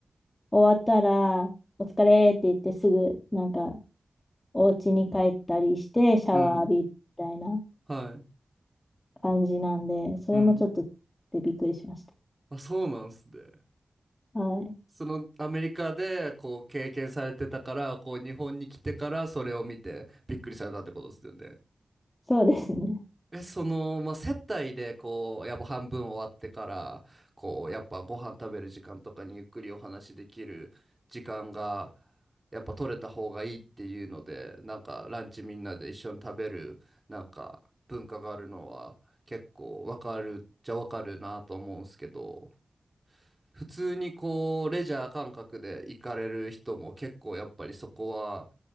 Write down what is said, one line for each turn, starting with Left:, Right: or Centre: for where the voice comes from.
Left: 終わったらお疲れって言ってすぐなんかお家に帰ったりしてシャワー浴びるみたいな
Right: うんうんはい。
Left: 感じなんで、それもちょっとでびっくりしました。
Right: うん。あ、そうなんすね。
Left: はい。
Right: そのアメリカでこう経験されてたから、こう日本に来てからそれを見てびっくりされたってことですよね。
Left: そうですね。
Right: え、その、まあ、接待でこう、やっぱ半分終わってから、こう、やっぱご飯食べる時間とかにゆっくりお話できる時間が、やっぱ取れた方がいいっていうので、なんかランチみんなで一緒に食べる、なんか文化があるのは結構わかるっちゃわかるなと思うんすけど、普通にこう、レジャー感覚で行かれる人も結構やっぱりそこは